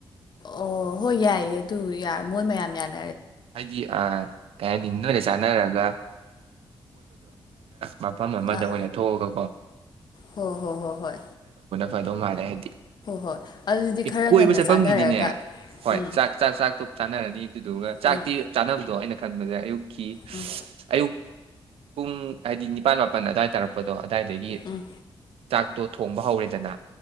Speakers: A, on the left; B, on the right.
A: ꯑꯣ ꯍꯣꯏ ꯌꯥꯏꯌꯦ ꯑꯗꯨ ꯌꯥꯏ ꯃꯣꯏ ꯃꯌꯥꯝ ꯌꯥꯅ꯫
B: ꯍꯥꯏꯗꯤ ꯑꯥ꯫ ꯀꯩ ꯍꯥꯏꯅꯤ ꯅꯣꯏꯗ ꯆꯥꯟꯅꯔꯒ꯫ ꯃꯐꯝ ꯑꯃꯗ
A: ꯑꯥ
B: ꯑꯣꯏꯅ ꯊꯣꯛꯑꯒ ꯀꯣ꯫
A: ꯍꯣ ꯍꯣ ꯍꯣꯏ ꯍꯣꯏ꯫
B: ꯐꯥꯗꯧꯃꯟꯂꯩ ꯑꯩꯗꯤ꯫
A: ꯍꯣꯏ ꯑꯗꯨꯗꯤ ꯈꯔ
B: ꯑꯦ ꯀꯣꯏꯕ
A: ꯉꯟꯅ
B: ꯆꯠꯐꯝꯒꯤꯗꯤꯅꯦ
A: ꯆꯥꯟꯅꯔꯒ
B: ꯍꯣꯏ
A: ꯎꯝ
B: ꯆꯥꯛ ꯆꯥꯛ ꯆꯥꯛꯇꯨ ꯆꯥꯅꯔꯅꯤ ꯑꯗꯨꯗꯨꯒ ꯆꯥꯛ꯫
A: ꯎꯝ
B: ꯆꯥꯟꯅꯕꯗꯣ ꯑꯩꯅ ꯈꯟꯕꯗ ꯑꯌꯨꯛ꯫ ꯀꯤ
A: ꯎꯝ
B: <inaudible> ꯑꯌꯨꯛ꯫ ꯄꯨꯡ ꯍꯥꯏꯗꯤ ꯅꯤꯄꯥꯟ ꯃꯥꯄꯟ ꯑꯗꯨꯋꯥꯏ ꯇꯔꯛꯄꯗꯣ ꯑꯗꯨ꯫ ꯗꯥꯏꯗꯒꯤ꯫
A: ꯎꯝ
B: ꯆꯥꯛꯇꯣ ꯊꯣꯡꯕ ꯍꯧꯔꯦꯗꯅ꯫